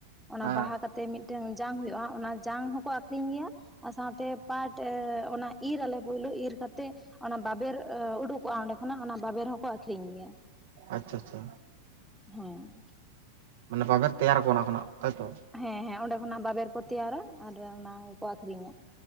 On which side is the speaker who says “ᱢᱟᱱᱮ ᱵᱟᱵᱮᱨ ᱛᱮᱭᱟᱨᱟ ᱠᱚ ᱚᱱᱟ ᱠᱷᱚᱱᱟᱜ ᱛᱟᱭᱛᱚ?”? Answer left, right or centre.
Right